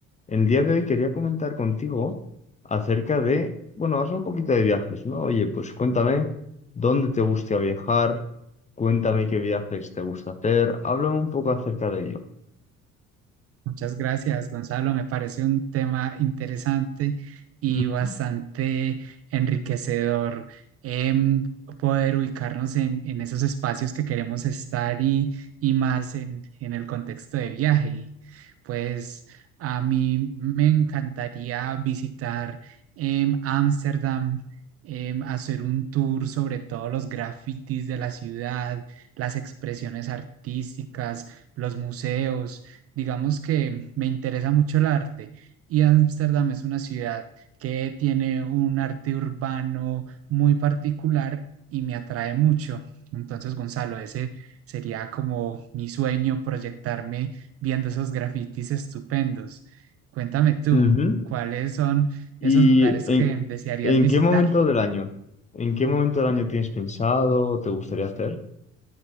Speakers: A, on the left; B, on the right.
A: El día de hoy quería comentar contigo acerca de, bueno, vamos a hablar un poquito de viajes, ¿no? Oye, pues cuéntame dónde te gusta viajar, cuéntame qué viajes te gusta hacer, háblame un poco acerca de ello.
B: Muchas gracias, Gonzalo. Me parece un tema interesante y
A: Ujú.
B: bastante enriquecedor em, poder ubicarnos en, en esos espacios que queremos estar y, y más en, en el contexto de viaje. Y pues a mí me encantaría visitar em, Ámsterdam, em, hacer un tour sobre todos los grafitis de la ciudad, las expresiones artísticas, los museos digamos que me interesa mucho el arte y Ámsterdam es una ciudad que tiene un arte urbano muy particular y me atrae mucho. Entonces, Gonzalo, ese sería como mi sueño, proyectarme viendo esos grafitis estupendos. Cuéntame tú,
A: Ujú.
B: ¿cuáles son
A: ¿Y
B: esos lugares que
A: en,
B: desearías
A: en
B: visitar?
A: qué momento del año? ¿En qué momento del año tienes pensado, te gustaría hacer?